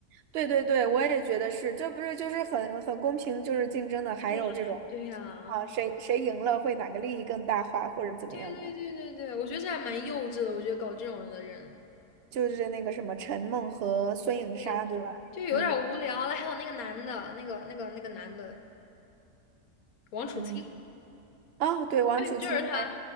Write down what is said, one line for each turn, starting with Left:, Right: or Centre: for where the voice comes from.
Right: 对对对，我也觉得是，这不是就是很很公平，就是竞争的，还有这种
Left: 对呀，对呀，
Right: 啊，谁谁赢了会哪个利益更大化或者怎么样的，
Left: 对对对对对，我觉得这还蛮幼稚的，我觉得搞这种人的人
Right: 就是那个什么陈梦和孙颖莎，
Left: 对
Right: 对吧？
Left: 就有点无聊了。
Right: 嗯
Left: 还有那个男的，那个那个那个男的王楚钦，
Right: 嗯，哦，对，王楚钦还
Left: 对，就是他，